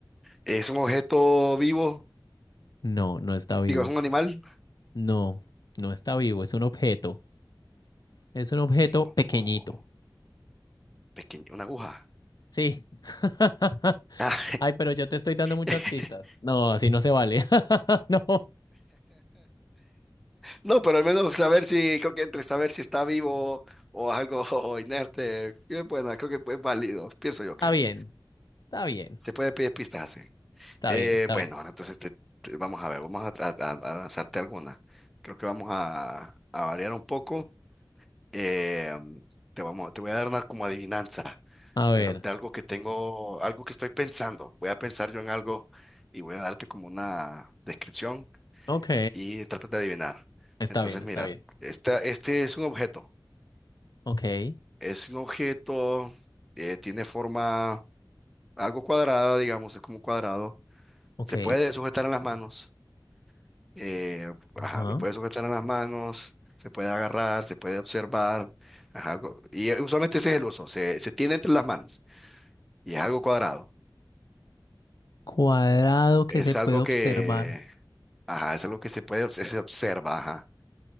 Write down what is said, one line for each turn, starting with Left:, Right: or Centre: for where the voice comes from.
Centre: ¿Es un objeto vivo?
Left: No, no está vivo.
Centre: Digo, ¿es un animal?
Left: No, no está vivo. Es un objeto. Es un objeto
Centre: Tengo
Left: pequeñito.
Centre: un ojo, pequeño, una aguja.
Left: Sí. <laughs>
Centre: Ah,
Left: Ay, pero yo te estoy dando muchas
Centre: <laughs>
Left: pistas. No, así no se vale. <laughs> No.
Centre: no, pero al menos saber si, creo que entre saber si está vivo o algo <laughs> inerte, eh, bueno, creo que es válido. Pienso yo
Left: Está
Centre: que
Left: bien. Está bien.
Centre: se puede pedir pistas así.
Left: Está
Centre: Eh,
Left: bien, está
Centre: bueno,
Left: bien.
Centre: ahora entonces te- te- vamos a ver, vamos a, tra- a- a lanzarte alguna. Creo que vamos a, a variar un poco. Eh, mm, te vamos, te voy a dar una como adivinanza,
Left: A ver.
Centre: pero de algo que tengo, algo que estoy pensando. Voy a pensar yo en algo y voy a darte como una descripción
Left: Ok,
Centre: y trata de adivinar.
Left: está
Centre: Entonces,
Left: bien, está
Centre: mira,
Left: bien.
Centre: esta, este es un objeto.
Left: Ok,
Centre: Es un objeto, eh, tiene forma algo cuadrada, digamos, es como un cuadrado.
Left: Ok.
Centre: Se puede sujetar en las manos eh, ajá,
Left: ajá.
Centre: lo puede sujetar en las manos, se puede agarrar, se puede observar, ajá, algo, y eh, usualmente ese es el uso, se, se tiene entre las manos y es algo cuadrado,
Left: Cuadrado que
Centre: es
Left: se puede
Centre: algo
Left: observar.
Centre: que, ajá, es algo que se puede, obs- se observa, ajá,